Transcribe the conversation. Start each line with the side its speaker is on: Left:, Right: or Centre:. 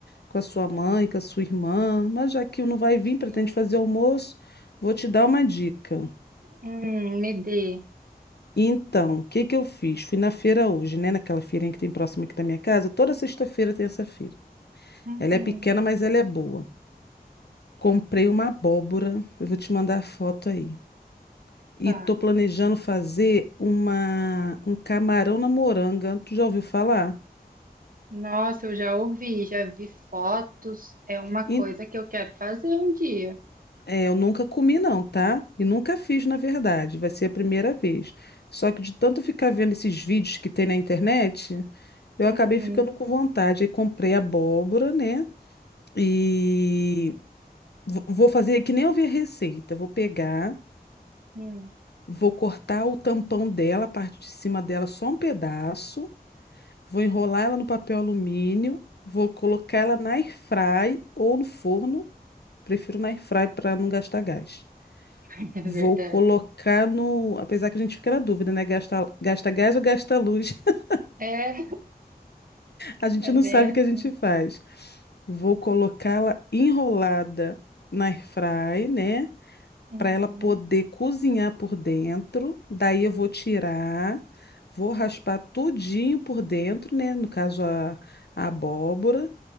Left: com a sua mãe, com a sua irmã, mas já que não vai vir, pretende
Right: sim.
Left: fazer almoço, vou te dar uma dica.
Right: Hum, me dê.
Left: Então, o que que eu fiz? Fui na feira hoje, né, naquela feirinha que tem próxima aqui da minha casa, toda sexta-feira tem essa feira.
Right: Uhum,
Left: Ela é pequena, mas ela é boa. Comprei uma abóbora, eu vou te mandar a foto aí. e
Right: tá.
Left: tô planejando fazer uma um camarão na moranga. Tu já ouviu falar?
Right: Nossa, eu já ouvi, já vi fotos. É uma coisa
Left: Em-
Right: que eu quero fazer um dia.
Left: é, eu nunca comi não, tá? E nunca fiz, na verdade. Vai ser a primeira vez. Só que de tanto ficar vendo esses vídeos que tem na internet, eu
Right: Uhum,
Left: acabei ficando com vontade. Aí comprei abóbora, né? E vo- vou fazer que nem eu vi a receita. Vou pegar,
Right: hum,
Left: vou cortar o tampão dela, a parte de cima dela, só um pedaço. Vou enrolar ela no papel alumínio, vou colocar ela na airfry ou no forno, prefiro na airfry para não gastar gás.
Right: <laughs> é verdade.
Left: Vou colocar no, apesar que a gente fica na dúvida, né? Gasta, gasta gás ou gasta luz? <laughs>
Right: É,
Left: A gente
Right: é
Left: não
Right: bem
Left: sabe
Right: assim.
Left: o que a gente faz. Vou colocá-la enrolada na airfry, né?
Right: Uhum,
Left: Para ela poder cozinhar por dentro. Daí eu vou tirar, vou raspar tudinho por dentro, né? No caso a a abóbora